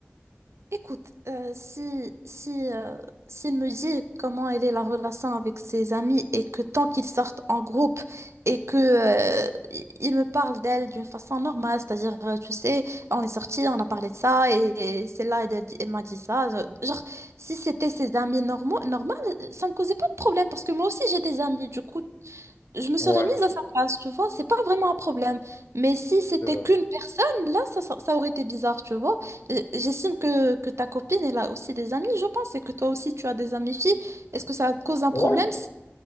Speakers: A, on the right (about 85°); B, on the left (about 80°).
A: Écoute, euh, si, si, euh, s'il me dit comment elle est la relation avec ses amis et que tant qu'ils sortent en groupe et que, euh, i- il me parle d'elle d'une façon normale, c'est-à-dire, euh, tu sais, on est sortis, on a parlé de ça et, et c'est là, elle, a dit- elle m'a dit ça. euh, Genre, si c'était ses amis normaux, normal, euh, ça me causait pas de problème parce que moi aussi j'ai des amis, du coup, je me serais
B: Ouais,
A: mise à sa place, tu vois, c'est pas vraiment un problème. Mais si c'était
B: c'est vrai.
A: qu'une personne, là, ça, ça, ça aurait été bizarre, tu vois. Euh, J'estime que, que ta copine, elle a aussi des amis, je pense, et que toi aussi, tu as des amis filles. Est-ce que ça te cause un
B: Ouais.
A: problème si,